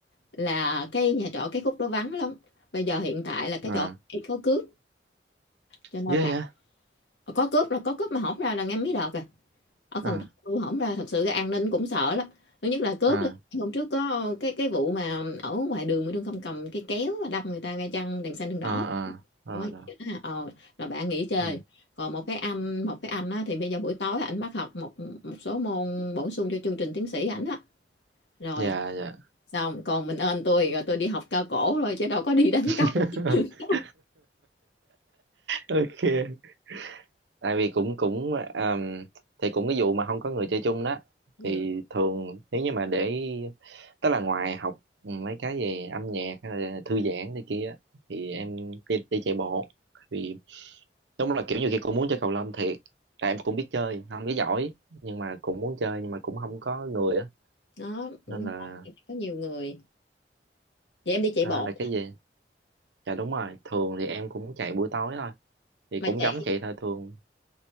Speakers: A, on the left; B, on the right.
A: là cái nhà trọ cái khúc đó vắng lắm bây giờ hiện tại là cái
B: à
A: chỗ ấy có cướp cho nên
B: ghê
A: bạn
B: vậy
A: ờ, có cướp là có cướp mà hổng ra là nghe mấy đợt rồi ở
B: à
A: Cần Thơ tôi hổng ra thật sự cái an ninh cũng sợ lắm thứ nhất là cướp
B: à
A: hôm trước có cái cái vụ mà ở ngoài đường mà đương không cầm cái kéo đâm người ta ngay chăng đèn xanh đèn đỏ
B: à à rồi
A: Đúng rồi,
B: rồi
A: vậy đó hả? ờ, rồi bạn nghỉ chơi
B: ừ.
A: còn một cái anh một cái anh á, thì bây giờ buổi tối ảnh bắt học một một số môn bổ sung cho chương trình tiến sĩ ảnh á rồi
B: dạ dạ
A: xong còn mình ơn tôi rồi tôi đi học cao cổ rồi chứ đâu có đi đánh cầu
B: <laughs>
A: <laughs>
B: ok tại vì cũng cũng um, thì cũng cái vụ mà không có người chơi chung đó
A: ừ.
B: thì thường nếu như mà để tức là ngoài học mấy cái về âm nhạc hay là thư giãn này kia á, thì em đi, đi chạy bộ thì đúng là kiểu như khi cũng muốn chơi cầu lông thiệt tại em cũng biết chơi không biết giỏi nhưng mà cũng muốn chơi nhưng mà cũng không có người á
A: đó
B: nên là
A: có nhiều người vậy em đi chạy
B: nên
A: bộ
B: là cái gì dạ đúng rồi thường thì em cũng chạy buổi tối thôi thì
A: mà
B: cũng
A: chạy
B: giống chạy thôi thường